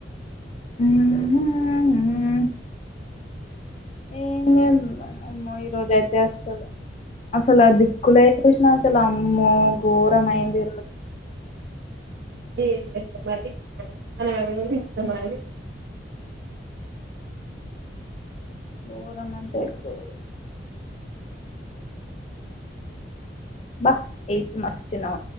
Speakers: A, on the left (about 35°); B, on the right (about 60°).
A: ఉహు హ ఏ లేదు ఇంకా ఆమ్మో ఈరోజు అయితే అసలు అసలు దిక్కులే చూసినవా చేల్లీ ఆమ్మో గోరంమయందిరు
B: ఏం చేస్తాం మరి మనం మనం అనుభించినాం మరి
A: గోరం అంత ఎక్కువ బా ఎయిత్ మాస్చ్చన్నా